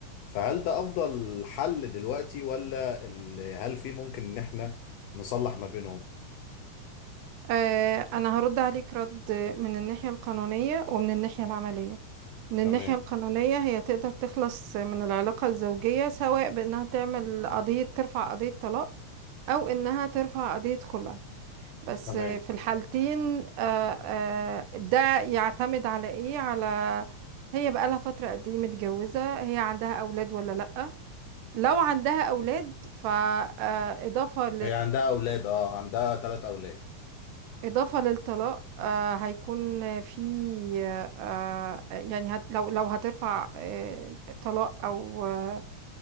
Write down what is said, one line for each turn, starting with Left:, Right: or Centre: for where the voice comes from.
Left: فهل ده أفضل حل دلوقتي ولا ال- هل في ممكن إن إحنا نصلح ما بينهم؟
Right: آه، أنا هرد عليك رد من الناحية القانونية ومن الناحية العملية من الناحية
Left: تمام
Right: القانونية هي تقدر تخلص من العلاقة الزوجية سواء بأنها تعمل قضية ترفع قضية طلاق أو إنها ترفع قضية خلع بس
Left: تمام
Right: آه، في الحالتين آه، آه، ده يعتمد على إيه على هي بقالها فترة قد إيه متجوزة هي عندها أولاد ولا لأ لو عندها أولاد فإضافة
Left: هي عندها أولاد أه عندها ثلاث أولاد
Right: إضافة للطلاق آه هيكون في آه آه، يعني هت لو لو هترفع آه طلاق أو آه،